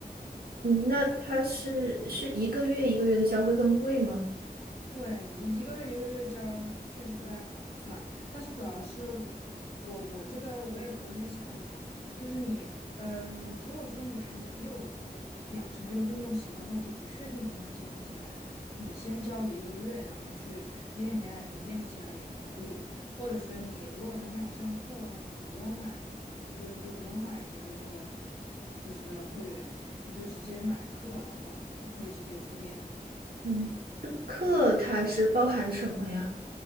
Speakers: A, on the right (about 70°); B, on the left (about 40°).
A: 嗯，那它是是一个月一个月的交会更贵吗？
B: 对，一个月一个月交确实不太划算，但是主要是我我我这个我也不那啥你哈，就是你嗯，如果说你还没有就是养成这个运动习惯，或者说不确定能不能坚持下来，你先交一个月，然后去练练也练一下也可以，或者是你如果说你想上课的话，你就不用买，你就你就不用买这个这个就是会员，你就直接买课，然后你可以直接去练。
A: 嗯，这个课它是包含什么呀？